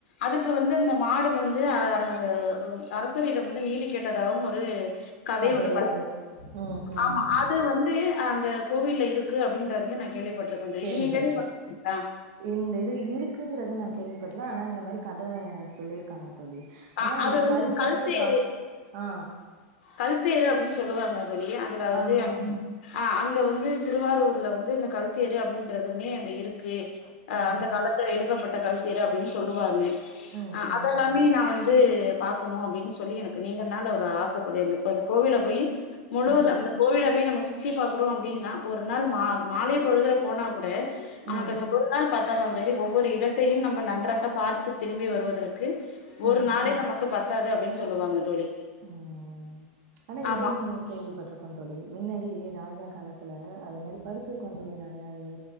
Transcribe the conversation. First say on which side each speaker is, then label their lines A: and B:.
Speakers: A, on the left (about 80°); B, on the right (about 45°).
A: அதுக்கு வந்து இந்த மாடு வந்து அர அ அரசரிடம் வந்து நீதி கேட்டதாவு ஒரு கதை
B: கத
A: ஒன்னு
B: இருக்கு
A: படிப்போ
B: ம் ம்
A: ஆமா
B: ம்
A: அது வந்து அந்த கோவில்ல இருக்கு அப்டின்றதையு நா கேள்விப்பட்டிருக்கே தோழி
B: கேள்வி
A: நீங்க
B: பட்டிருக்
A: கேள்விப்பட்டிருக்கீங்களா
B: இந்த இது இருக்குங்கறது நா கேள்விப்பட்டல ஆனா இந்த மாரி கத சொல்லி இருக்காங்க தோழி ஆனா
A: அ
B: இந்த
A: அது வந்து
B: கல்வெட்டு
A: கல்தே
B: பா ஆ
A: கல்தேரு அப்டின்னு சொல்லுவாங்க தோழி அதுல வந்து
B: ஆமா
A: அது அ அங்க வந்து திருவாரூர்ல வந்து இந்த கல்தேரு அப்டிங்கறதுமே அங்க இருக்கு அ
B: ம்
A: அந்த காலத்துல எழுப்பப்பட்ட கல்த்தேர் அப்டின்னு சொல்லுவாங்க
B: ம்
A: அஹ்
B: ம்
A: அதெல்லாமே நா வந்து வந்து பாக்கணு அப்டின்னு சொல்லி எனக்கு நீண்டனால ஒரு ஆச தோழி இப்ப இந்த கோவில போயி முழுவது
B: ம்
A: அந்த கோவில போயி நம்ம சுத்தி பாக்குறோ அப்டின்னா ஒரு நாள் மாலை பொழுதுல போனா கூட
B: ம்
A: நமக்கு அந்த ஒரு நாள் பாத்த தா தோழி ஒவ்வொரு இடத்தையும் நம்ம நன்றாக பார்த்து திரும்பி வருவதற்கு
B: ம்
A: ஒரு நாளே நமக்கு பத்தாது அப்டின்னு சொல்லுவாங்க தோழி.
B: ம் ஆனா
A: ஆமா
B: இது ஒன்னு கேள்விப்பட்டிருக்கோ தோழி மின்னாடி ராஜா காலத்துல அத மாரி படிச்சிருக்கோ தோழி நறையாவே